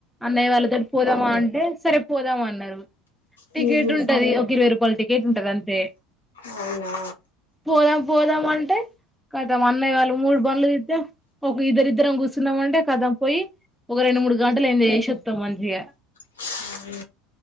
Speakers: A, in the centre; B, on the left (about 80°).
A: అన్నయ్య వాళ్ళతోటి పోదామా? అంటే, సరే పోదామా అన్నారు. టికెట్
B: హ్మ్
A: ఉంటది. ఒక ఇరవై రూపాయల టికెట్. కిట్ ఉంటది అంతే.
B: అవునా?
A: పోదాం పోదాం అంటే, కదం అన్నయ్య వాళ్ళు మూడు బండ్లు తీస్తే ఒక ఇద్దరిద్దరం కూర్చన్నామంటే, కదం పోయి ఒక రెండు మూడు గంటలు ఏంజాయ్ చేసొత్తం మంచిగా.
B: అ <unintelligible>